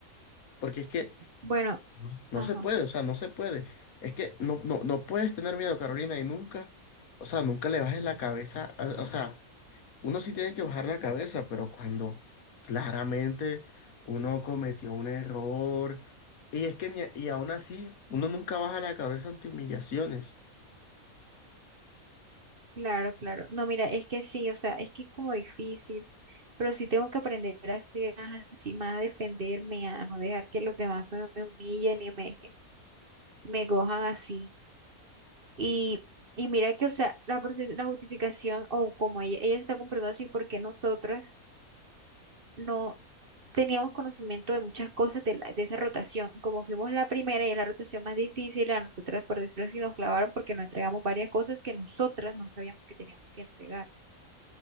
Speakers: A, on the left; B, on the right.
A: Porque es que
B: bueno,
A: No no
B: ajá.
A: se puede, o sea, no se puede. Es que no, no, no puedes tener miedo, Carolina, y nunca, o sea, nunca le bajes la cabeza. a- O sea, uno sí tiene que bajar la cabeza, pero cuando claramente uno cometió un error, y es que, ni- y aún así, uno nunca baja la cabeza ante humillaciones.
B: Claro, claro. No, mira, es que sí, o sea, es que es como difícil, pero sí tengo que aprender a ser más así, más a defenderme, a no dejar que los demás me, me humillen y me, me cojan así. Y, y mira que, o sea, la, profe- la justificación, o como ella, ella se está comprando así, porque nosotras no teníamos conocimiento de muchas cosas de, la- de esa rotación. Y como fuimos la primera y es la rotación más difícil, a nosotras, por decirlo así, nos clavaron porque nos entregamos varias cosas que nosotras no sabíamos que teníamos que entregar.